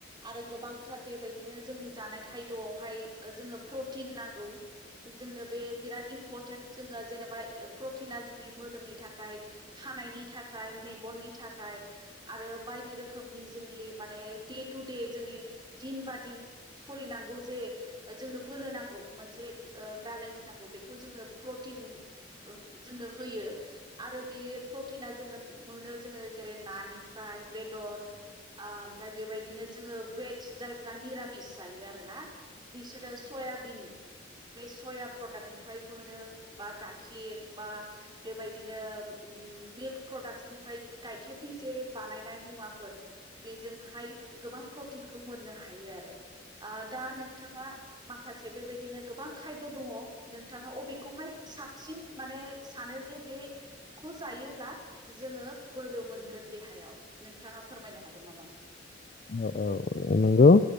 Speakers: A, on the right; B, on the left.
A: आरो गोबांथार बेबायदिनो जोंनि जानाय थायद'आवहाय जोङो प्रटिन नांगौ जोंनो बे बिराद इम्परटेन्ट जोङो जेनेबा प्रटिना जोंनि मोदोमनि थाखाय खानायनि था खाय मेगननि थाखाय आरो बायदि रोखोमनि जोंनि माने दे थु दे जोंनि दिन बा दिन सलिनांगौ जे जों बोलो नांगौ मोनसे ओ बेलेन्स नांगौ बेखौ जोंनो प्रटिन जोंनो ओं होयो आरो बे प्रटिना जोङो मोनो जोङो जेरै नानिफ्राय बेदर आ ओमफ्राय बेबायदिनो जोङो भेेज जायफ्रा निरामिस जायो आरो ना बिसोरो सयाबिन बे सया प्रडाक्टनिफ्राय मोनो बा गाइखेर बा बेबायदिनो मिल्क प्रडाक्सनिफ्राय गाइखेरनि जे बानायनाय मुवाफोर बेजोंहाय गोबां प्र तिनखौ मोननो हायो आरो आ दा नोंथाङा माखासे बेबायदिनो गोबां खायद' दङ नोंथाङा अबेखौहाय साबसिन माने सानो जे बेखौ जायोब्ला जोङो बोलो मोनगोन देहायाव नोंथाङा फोरमायनो हागोन नामा?
B: औ औ औ नोंगौ